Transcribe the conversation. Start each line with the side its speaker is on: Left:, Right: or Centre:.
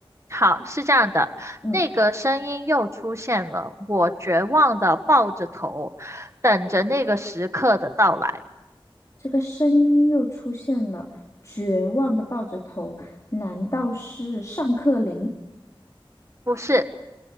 Right: 好，是这样的，
Left: 嗯，
Right: 那个声音又出现了，我绝望的抱着头，等着那个时刻的到来。
Left: 这个声音又出现了，绝望的抱着头，难道是上课铃？
Right: 不是，